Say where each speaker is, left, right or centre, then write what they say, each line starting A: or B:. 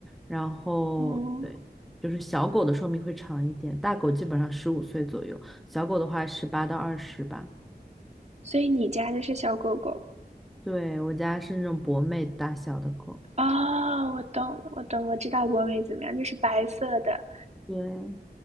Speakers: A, in the centre; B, on the right.
A: 然后对，
B: 嗯。
A: 就是小狗的寿命会长一点，大狗基本上十五岁左右，小狗的话十八到二十吧。
B: 所以你家的是小狗狗
A: 对，我家是那种博美大小的狗。
B: 啊，我懂了我懂，我知道博美怎么样，就是白色的，
A: 对，